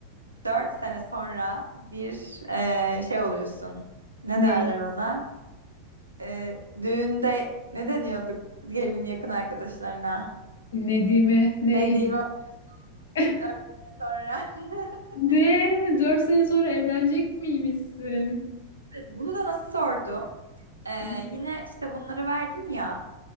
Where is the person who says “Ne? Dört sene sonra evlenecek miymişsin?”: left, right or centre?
Left